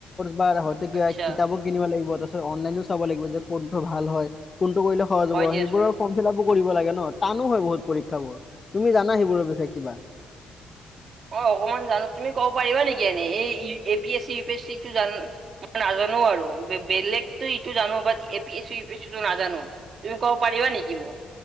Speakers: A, on the left; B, on the right.
A: বা হয়তো কিবা
B: আচ্ছা
A: কিতাপো কিনিব লাগিব তাৰপিছত অনলাইনও চাব লাগিব যে কোনটো ভাল হয় কোনটো কৰিলে সহজ
B: হয়
A: হব
B: দিয়াচোন
A: সেইবোৰৰ ফৰ্ম ফিলাপো কৰিব লাগে ন তানো হয় বহুত পৰীক্ষা বোৰ তুমি নাই সিবোৰৰ বিষয়ে কিবা।
B: অ অকমান জানো তুমি ক'ব পাৰিবা নেকি এনেই A P S C E P S চিটো মই জান নাজানো জানো আৰু বেলেগতো ইটো জানো বাত A P AC C U P S C টো নাজানো তুমি ক'ব পাৰিবা নেকি মোক